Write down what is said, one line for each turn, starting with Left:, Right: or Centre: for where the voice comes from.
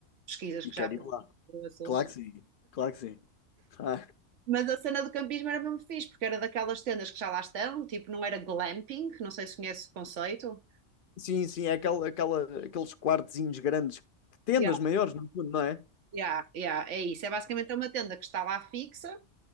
Right: pesquisas
Left: E
Right: que
Left: quero
Right: já fiz
Left: ir lá.
Right: sobre o assunto.
Left: Claro que sim, claro que sim. Ah,
Right: Mas a cena do campismo era mesmo fixe, porque era daquelas tendas que já lá estão, tipo, não era glamping, não sei se conhece o conceito.
Left: sim, sim, é aquela, aquela, aqueles quartezinhos grandes, tendas
Right: Yeah,
Left: maiores, no fundo, não é?
Right: yeah, yeah, é isso. É basicamente uma tenda que está lá fixa,